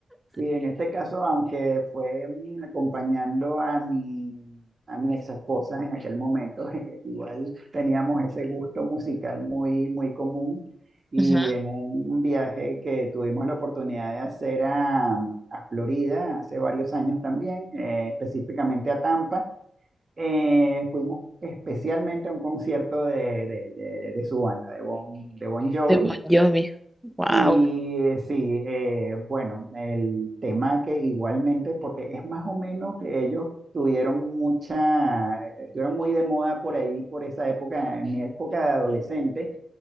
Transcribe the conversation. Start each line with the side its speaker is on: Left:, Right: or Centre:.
Right: Sí, en este caso, aunque fue mm, acompañando a mi, a mi ex esposa en aquel momento, <laughs> eh, igual teníamos ese gusto musical muy, muy común. Y
Centre: Ujú,
Right: en un viaje que tuvimos la oportunidad de hacer a, a Florida hace varios años también, eh, específicamente a Tampa, eh, fuimos especialmente a un concierto de, de, de- de su banda, de Bon, de Bon Jovi.
Centre: De Bon Jovi. Wow.
Right: Y eh, sí, eh, bueno, el tema que igualmente, porque es más o menos que ellos tuvieron mucha, estuvieron muy de moda por ahí, por esa época, en mi época de adolescente,